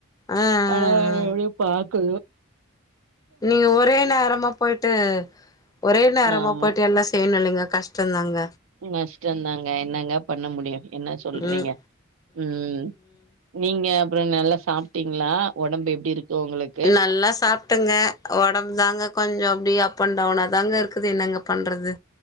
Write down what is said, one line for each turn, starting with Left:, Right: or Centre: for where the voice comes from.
Left: ஆ ஆ
Right: ஆனா
Left: ஆ
Right: எவ்ளோ பாக்கணு
Left: நீங்க ஒரே நேரமா போயிட்டு ஒரே நேரமா
Right: ஆமா
Left: போயிட்டு எல்லா செய்யணு இல்லைங்க கஷ் ட்டுந்தாங்க
Right: ம் நஷ்டோந்தாங் க என்னங்க பண்ண முடியு என்ன சொல்றீங்க
Left: ம்
Right: ம் நீங்கப் அப்புறோ நல்லா சாப்பிட்டிங்களா ஒடம்பு எப்டி இருக்கு உங்களுக்
Left: நல்லா சாப்ட்டங்க உடம்பு தாங்கக் கொஞ்சோ அப்டியே அப் அண்ட் டவுன்னாதாங்க இருக்குது என்னங்க பண்றது